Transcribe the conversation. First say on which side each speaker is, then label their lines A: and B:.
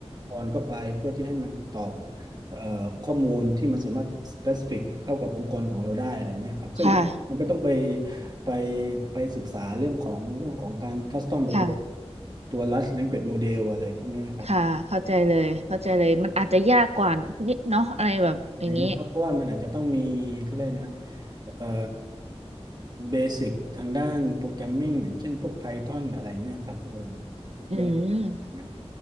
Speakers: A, on the right; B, on the right.
A: พรเข้าไปเพื่อที่ให้มันตอบเอ่อข้อมูลที่มันสามารถ specific เข้ากับองค์กรของเราได้อะไรเงี้ยครับซึ่งมันก็ต้องไป
B: ค่ะ
A: ไปไปศึกษาเรื่องของเรื่องของการ custom ไปตัว
B: ค่ะ
A: ตัว large language model อะไรพวกเนี้ยครับ
B: ค่ะเข้าใจเลยเข้าใจเลยมันอาจจะยากกว่านิดเนาะอะไรแบบอย่างนี้
A: อะไรเงี้ยครับเพราะว่ามันอาจจะต้องมีเขาเลยกนะเอ่อเบสิกทางด้านโปรแกรมมิ่งอย่างเช่นพวก Python อะไรเงี้ยครับเออ
B: อืม
A: เบื้องหงนั้น